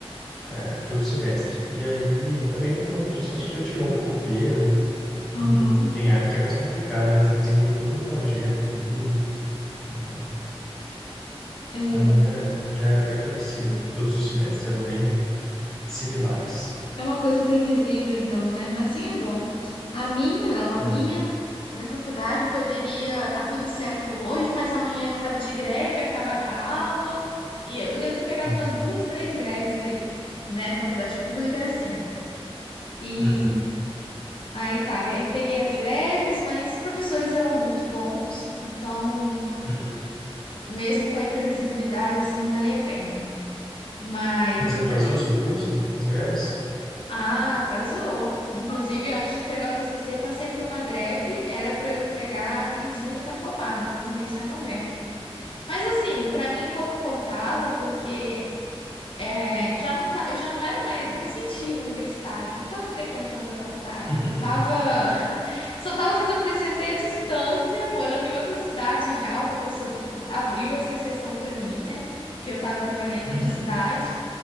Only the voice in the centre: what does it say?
é, todo semestre. E aí, também por conta disso, acho que já tirou um pouco o peso.
Hum, tem área que é mais complicada, né? Você tem que desenvolver todo um projeto ali. né?
A minha já era bem parecida. Todos os semestres eram bem similares.
né?
Uhum.
Uhum.
Uhum.
Mas atrasou
o seu curso? As greves?
<laughs>
Uhum.